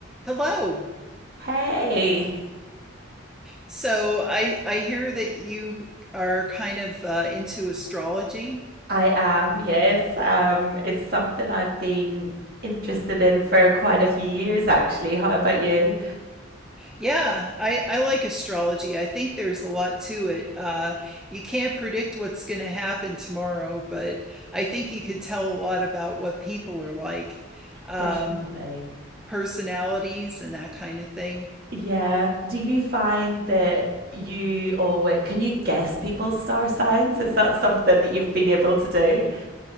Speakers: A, in the centre; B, on the right.
A: Hello.
B: Hey,
A: So I I hear that you are kind of uh, into astrology.
B: I am, yes. Um, it's something I've been interested in for quite a few years, actually. How about you?
A: Yeah, I I like astrology. I think there's a lot to it. Uh, you can't predict what's going to happen tomorrow, but I think you could tell a lot about what people are like, um,
B: Definitely.
A: personalities and that kind of thing.
B: Yeah. Do you find that you always can you guess people's star signs? Is that something that you've been able to do?